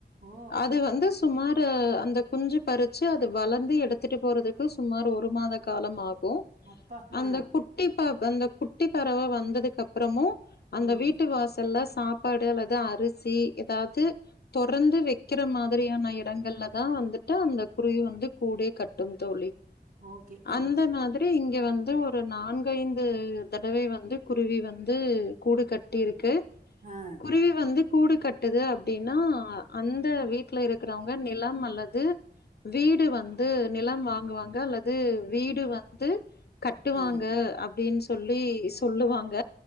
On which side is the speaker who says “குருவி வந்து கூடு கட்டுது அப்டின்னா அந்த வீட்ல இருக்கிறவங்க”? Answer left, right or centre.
Left